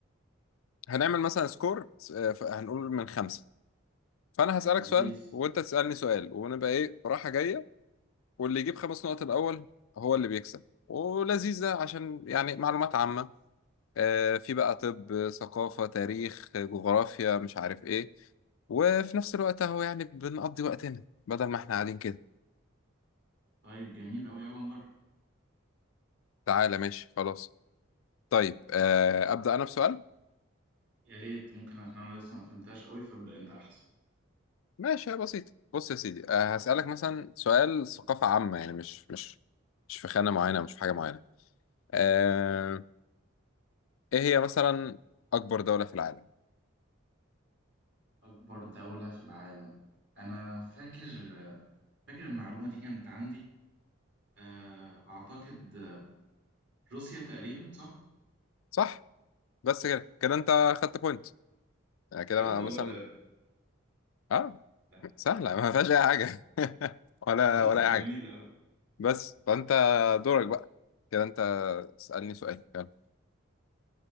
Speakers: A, on the left (about 80°); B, on the right (about 55°).
A: هنعمل مثلا سكور آه، ف- هنقول من خمسه فانا هسالك
B: لذيذ
A: سؤال وانت تسالني سؤال ونبقى ايه رايحه جايه واللي يجيب خمس نقط الاول هو اللي بيكسب ولذيذه عشان يعني معلومات عامه آه، في بقى طب ثقافة تاريخ جغرافيا مش عارف ايه وفي نفس الوقت اهو يعني بنقضي وقتنا بدل ما احنا قاعدين كده
B: طيب جميل قوي يلا نجرب
A: تعالى ماشي خلاص طيب آه، أبدأ أنا بسؤال
B: يا ريت ممكن عشان انا لسه ما فهمتهاش قوي فابدا انت احسن
A: ماشي هي بسيطة بص يا سيدي آه، هسألك مثلا سؤال ثقافة عامة يعني مش مش مش في خانة معينة مش في حاجة معينة آه، ايه هي مثلا أكبر دولة في العالم
B: اكبر دوله في العالم انا فاكر فاكر المعلومه دي كانت عندي آه، اعتقد روسيا تقريبا صح
A: صح بس كده كده أنت خدت بوينت يعني كده
B: بجد والله
A: مثلا
B: ده
A: اه
B: ده
A: سهلة ما فيهاش أي حاجة <laughs> ولا
B: خلاص
A: ولا أي
B: جميل
A: حاجة
B: قوي
A: بس فانت دورك بقى كده انت اسألني سؤال يلا